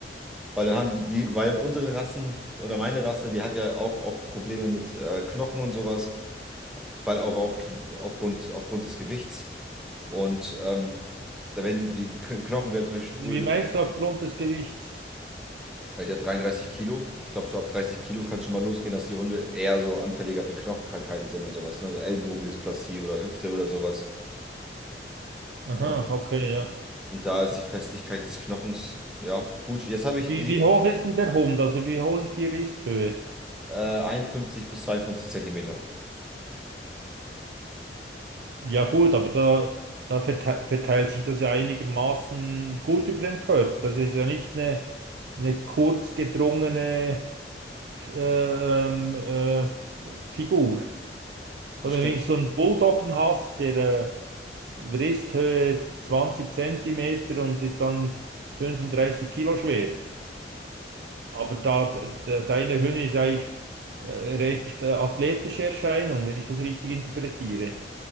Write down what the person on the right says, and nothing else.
Wie meinst du aufgrund des Gewichts?
Aha,
okay, ja.
Wie,
wie hoch ist denn der Hund? Also wie hoch ist die Risthöhe?
Ja gut, aber da, da vertei- verteilt sich das ja einigermaßen gut über den Körper. Das ist ja nicht eine, eine kurz gedrungene äh, ähm, äh, Figur. Und
wenn
du so einen Bulldoggen hast, der äh, Wristhöhe 20 Zentimeter und ist dann 35 Kilo schwer. Aber da, de, deine Hündin ist eigentlich äh, recht äh, athletische Erscheinung, wenn ich das richtig interpretiere.